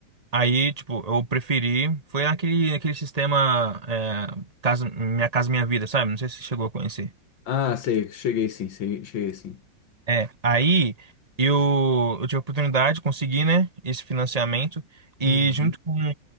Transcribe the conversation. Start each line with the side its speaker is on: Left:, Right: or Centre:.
Right: Aí, tipo, eu preferi. Foi naquele, naquele sistema é, casa, Minha Casa Minha Vida, sabe? Não sei se você chegou a conhecer.
Left: Ah, sei, cheguei sim, sei- cheguei sim.
Right: É, aí eu, eu tive a oportunidade de conseguir, né, esse financiamento e
Left: Uhum.
Right: junto com,